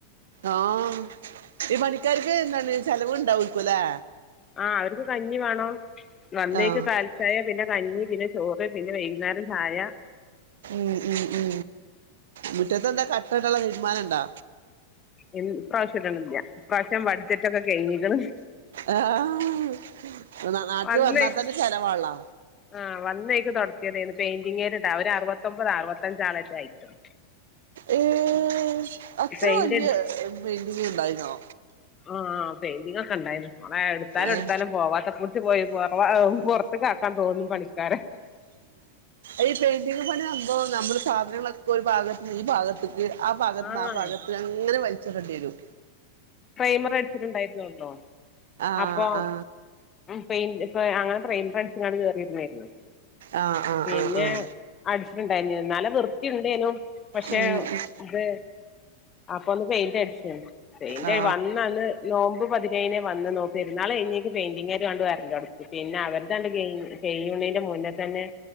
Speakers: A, on the right (about 60°); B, on the left (about 25°).
A: ആഹ് ഈ പണിക്കാർക്ക് ന്തണ് ചെലവ്ണ്ടാവേക്കു ല്ലെ
B: ആഹ അവർക്ക് കഞ്ഞി വേണം നന്നേക്ക്
A: ആഹ്
B: കാൽ ചായ പിന്നെ കഞ്ഞി പിന്നെ ചോറ് പിന്നെ വൈകുന്നേരം ചായ
A: മ് മ് മ് മുറ്റത്തെ ന്താ കട്ടടാള്ള തീര്മാനം ണ്ടാ
B: എൻ ഇപ്ര്രാവശ്യട്ണില്യ ഇപ്ര്രാവശ്യം ബട്ജറ്റൊക്കെ കഴിഞ്ഞിക്ണ്
A: ആഹ നാട്ടില്
B: വന്നേക്ക്
A: വന്നാ തന്നെ ചെലവാണല്ലോ
B: ആഹ് വന്നേയ്ക്ക് തൊട്ത്യതേനി പെയിന്റിങ്ങാര്ട്ടൊ അവര് അറുപത്തൊമ്പത് അറുപത്തഞ്ചാളറ്റെ അയ്ക്ണ്
A: ഏഹ് അത്ര
B: പെയിന്റ്
A: വല്യ
B: അടി
A: പെയിന്റിംഗ് ണ്ടായിന്യോ
B: ആഹ പൈന്റിങൊക്കെ ണ്ടായിര്ന്നു മോളെ എട്ത്താലും
A: ഏഹ്
B: ട്ത്താലും പോവാത്ത പോയി പൊർത്ത്ക്കാക്കാൻ തോന്നും പണിക്കാരെ
A: ഈ പെയിന്റിംഗ് പണി സംഭവം നമ്മള് സാധനങ്ങളൊക്കെ ഒരു ഭാഗത്ത ഈ ഭാഗത്ത ആഹ ഭാഗത്ന്ന്
B: ആഹ്
A: ആ ഭാഗത് ങ്ങനെ വൽച്ടെണ്ടി വരും
B: പ്രൈമർ അടിച്ചിട്ട്ണ്ടായിര്ന്നൊള്ളു
A: ആ
B: അപൊ
A: ആ
B: പൈന്റ് അങ്ങനെ പ്രൈമറട്ച്ങ്ങാണ്ട് കേറിര്ന്നേന്നു
A: ആ ആ
B: പിന്നെ
A: ആ ആ
B: അടിച്ചിട്ടുണ്ടായിര്ന്നില്ല ന്നാലും വൃത് ണ്ടേനും പഷെ
A: ഉം ഉം
B: ത് അപ്പൊ ന്ന് പെയിന്റ്ട്ച്ചാണ് പെയിന്റ്
A: ആ
B: വന്നന്ന് നോമ്പ് പതിനേയ്നേ വന്നെ നോപ്പ് പെര്ന്നാൾ കഴിഞ്ഞേക്ക് പെയിന്റിങ്ങാരാട് വര്ലൊട്ങ്ങി പിന്ന അവർതാണ്ട് കൈഞ്ഞി ഏഴുമണിന്റെ മുന്നെ തന്നെ